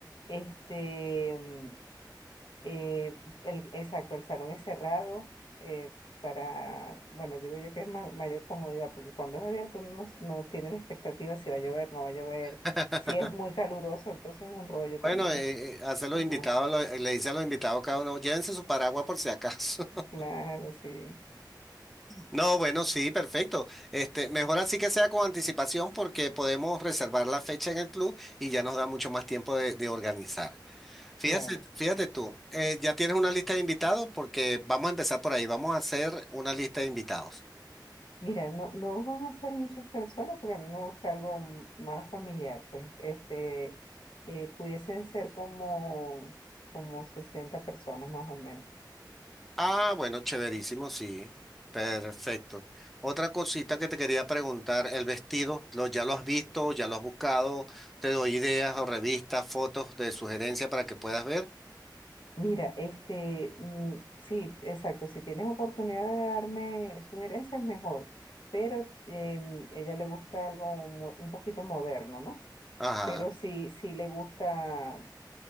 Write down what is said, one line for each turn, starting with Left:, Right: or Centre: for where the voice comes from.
Left: Este, mm, eh, el, exacto, el salón es cerrado eh, para, bueno, digo yo que es ma- mayor comodidad, porque cuando es abierto uno no, s- no tiene la expectativa si va a llover, no va a llover,
Centre: <laughs>
Left: si es muy caluroso, entonces es un rollo también.
Centre: Bueno, eh, eh, hace los
Left: Ajá,
Centre: invitados, lo- le dice a los invitados cada uno, llévense su paraguas por si acaso. <laughs>
Left: claro, sí,
Centre: No, bueno, sí, perfecto. Este, mejor así que sea con anticipación porque podemos reservar la fecha en el club y ya nos da mucho más tiempo de de organizar. Fíjate,
Left: claro.
Centre: fíjate tú, eh, ya tienes una lista de invitados porque vamos a empezar por ahí, vamos a hacer una lista de invitados.
Left: Mira, no, no van a ser muchas personas, pero a mí me gusta algo m- más familiar. Pues este, eh, pudiesen ser como, como 60 personas más o menos.
Centre: Ah, bueno, chéverísimo, sí, perfecto. Otra cosita que te quería preguntar, el vestido, lo, ¿ya lo has visto, ya lo has buscado? Te doy ideas o revistas, fotos de sugerencia para que puedas ver.
Left: Mira, este, mm, sí, exacto. Si tienes oportunidad de darme sugerencias, mejor. Pero em, ella le gusta algo mo- un poquito moderno, ¿no?
Centre: Ajá,
Left: Pero sí, sí le gusta.